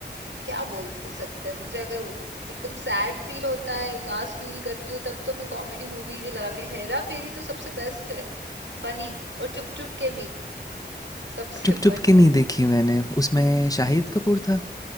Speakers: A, on the right; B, on the left.
A: क्या बोल त- सकते हैं मुझे अगर उ- एकदम सैड फील होता है उदास फील करती हूँ तब तो मैं कॉमेडी मूवीज ही लगा के हेरा फेरी तो सबसे बेस्ट है फनी और चुप चुप के भी सबसे
B: चुप
A: <laughs> फनी
B: चुप के नहीं देखी मैंने उसमें शाहिद कपूर था